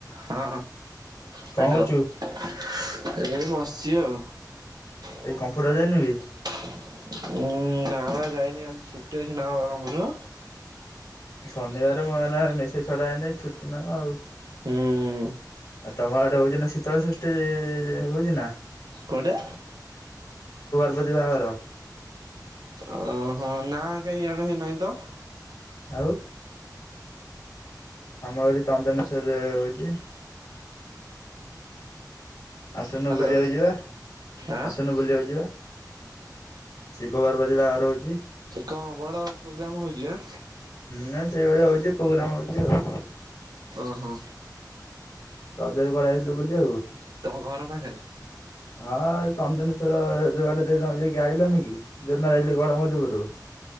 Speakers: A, on the right; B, on the left.
A: ହଁ ଭାଇ
B: କଣ କରୁଛୁ?
A: କହ। ଏ ବସିଚି ଆଉ।
B: ଆଜି
A: ଉଁ,
B: କମ୍ପ୍ୟୁଟର ଯାଇନୁ
A: ଉଁ,
B: କି?
A: ନା ନା ବା ଯାଇନି ଆଜି ଛୁଟି ଅଛି, ନା ବାବା ମୋର
B: ଶନିବାର ମୁଁ ଆଉ ନା ମେସେଜ୍ ଛଡାହେଇନି ଛୁଟି ନା କ ଆଉ
A: ହୁଁ,
B: ଆଉ ତୋମ ଆଡେ ହଉଚିନା ଶୀତଳ ଷଷ୍ଠୀ ହଉଚି ନା?
A: କୋଉଟା?
B: ବୋଧି ବାହାଘର
A: ଓହୋ ନା କାଇଁ ଇଆଡେ ହେଇନାହିଁତ।
B: ଆଉ ଆମ ଏଠି ଚନ୍ଦନେଶ୍ଵର ରେ ହୋଉଚି। ଆସୁନୁ
A: ହ୍ୟାଲୋ।
B: ବୁଲିବାକୁ ଯିବା,
A: ଆଁ
B: ଆସୁନୁ ବୁଲିବାକୁ ଯିବା। ଶିବ ପାର୍ବତୀ ବାହାଘର ହଉଚି।
A: କଣ ବଡ ପ୍ରୋଗ୍ରାମ ହଉଚି ଆ-
B: ନା ସେଇଭଳିଆ ହଉଛି ପ୍ରୋଗ୍ରାମ ହଉଚି ଆଉ ।
A: ଓ ହୋ।
B: ରଜରେ କୁଆଡେ ଯାଇଥିଲୁ ବୁଲିବାକୁ?
A: ତମ ଘର ପାଖରେ?
B: ଆ ହଁ ଚନ୍ଦନେଶ୍ଵର ଦୁଆଟେ ଦଇି ଜଣ ଯାଇକି ଆଇଲନି କି? ଯୌଦିନ ଆଇଲି ଗଡ଼ ମଧବୁରୁ-